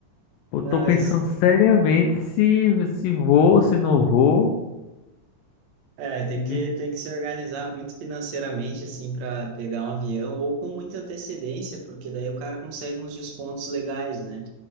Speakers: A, on the left (about 80°); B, on the right (about 65°).
A: Eu
B: mas,
A: tô pensando seriamente se, se vou, se não vou.
B: é, tem
A: De...
B: que, tem que se organizar muito financeiramente, assim, para pegar um avião ou com muita antecedência, porque daí o cara consegue uns descontos legais, né?